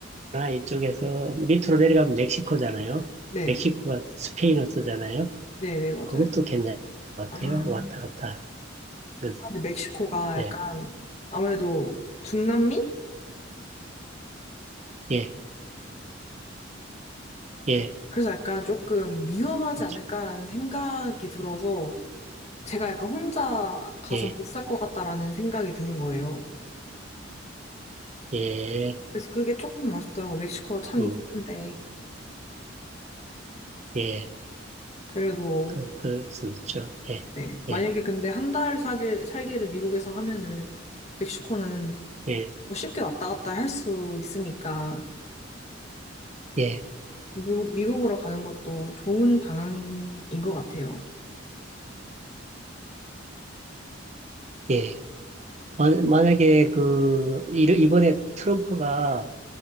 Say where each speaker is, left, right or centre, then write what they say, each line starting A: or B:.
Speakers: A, on the right; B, on the left.
A: 이쪽에서 밑으로 내려가면 멕시코잖아요.
B: 네네
A: 멕시코가 스페인어 쓰잖아요.
B: 네네 맞아요.
A: 그것도 괜찮을 것
B: 아,
A: 같아요. 왔다 갔다. 그,
B: 근데 멕시코가
A: 예,
B: 약간 아무래도 중남미이잖아요.
A: 예, 예,
B: 그래서 약간 조금 위험하지
A: 그렇죠.
B: 않을까라는 생각이 들어서 제가 약간 혼자 가서
A: 예,
B: 못 살 것 같다라는 생각이 드는 거예요.
A: 예,
B: 그래서 그게 조금 아쉽더라고요. 멕시코가 참
A: 음,
B: 이쁜데.
A: 예.
B: 그래도,
A: 그, 그럴 수 있죠. 예,
B: 네. 만약에
A: 예,
B: 근데 한 달 살기, 살기를 미국에서 하면은 멕시코는
A: 예,
B: 뭐 쉽게 왔다 갔다 할 수 있으니까
A: 예,
B: 미국, 미국으로 가는 것도 좋은 방향인 것 같아요.
A: 예. 만, 만약에 그, 이르- 이번에 트럼프가